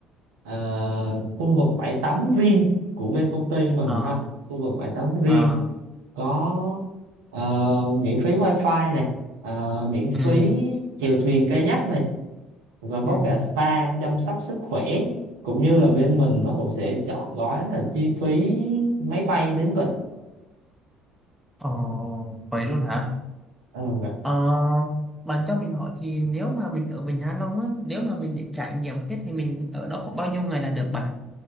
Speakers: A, on the right; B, in the centre.
A: ờ, khu vực bãi tắm riêng của bên công ty mình
B: Ờ.
A: ha, khu vực bãi tắm riêng
B: Ờ.
A: có ờ, miễn phí wifi này ờ, miễn phí
B: Ừ.
A: chèo thuyền kayak này và có
B: Ừ.
A: cả spa chăm sóc sức khỏe cũng như là bên mình nó cũng sẽ chọn gói là chi phí máy bay đến vịnh
B: Ờ. Vậy luôn hả?
A: ừ,
B: Ờ. Bạn cho mình hỏi thì nếu mà mình ở Vịnh Hạ Long á, nếu mà mình định trải nghiệm hết thì mình ở đó khoảng bao nhiêu ngày là được bạn?